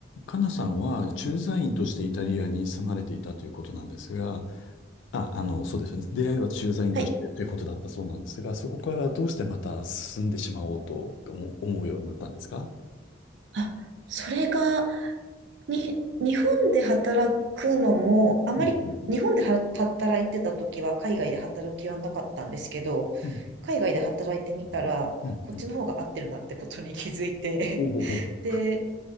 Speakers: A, on the left (about 75°); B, on the right (about 65°).
A: かなさんは駐在員としてイタリアに住まれていたということなんですが、あ、あの、そうですね。出会いは駐在員としてということだったそうなんですが、
B: はい。
A: そこからどうしてまた住んでしまおうと思う、思うようになったんですか
B: あ、それが、に、日本で働くのも、あまり日本では働いてた時は海外で働きはなかったんですけど、
A: うんうんうん。
B: 海外で働いてみたら、
A: うんうん
B: こっちの方が合ってるなってことに気づいて、
A: うん。おおほほほ。
B: <laughs> で、